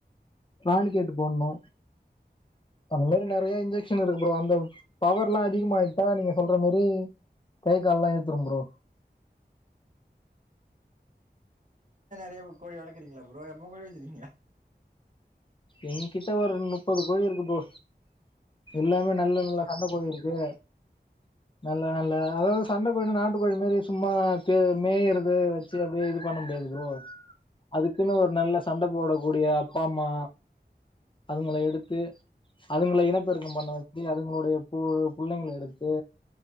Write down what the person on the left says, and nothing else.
ராணி கேட்டு போட்ணு அந்த மாரி நெறைய இன்ஜெக்ஷன் இருக்கு ப்ரோ அந்த பவர்லா அதிகம் ஆயிட்டா நீங்க சொல்ற மாரி கை கால் லா இழுத்திரும் ப்ரோ
எங்க்கிட்ட ஒரு முப்பது கோழி இருக்கு ப்ரோ எல்லாமே நல்ல நல்ல சண்ட கோழி இருக்கு நல்லா நல்ல அதாவது சண்ட கோழி நாட்டுக்கோழி மாரி சும்மா தே மேயிறது வச்சு அப்டியே இது பண்ண முடியாது ப்ரோ அதுக்குன்னு ஒரு நல்ல சண்ட போடக்கூடிய அப்பா அம்மா அதுங்கள எடுத்து அதுங்கள இனப்பெருக்கம் பண்ண வச்சு அதுங்களுடைய பு புள்ளைங்கள எடுத்து